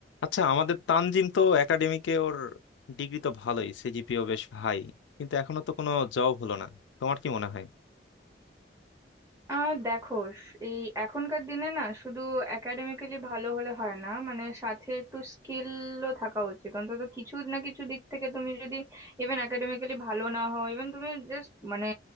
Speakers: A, on the left; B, on the right.
A: আচ্ছা আমাদের তানজিম তো একাডেমিকে ওর ডিগ্রি তো ভালোই সিজিপিও বেশ হাই কিন্তু এখনো তো কোনো জব হলো না তোমার কি মনে হয়
B: আহ দেখো স- এই এখনকার দিনে না শুধু একাডেমিক্যালি ভালো হলে হয় না মানে সাথে একটু স্কিলও থাকা উচিত অন্তত কিছু না কিছু দিক থেকে তুমি যদি ইভেন একাডেমিক্যালি ভালো না হও ইভেন তুমি জাস্ট মানে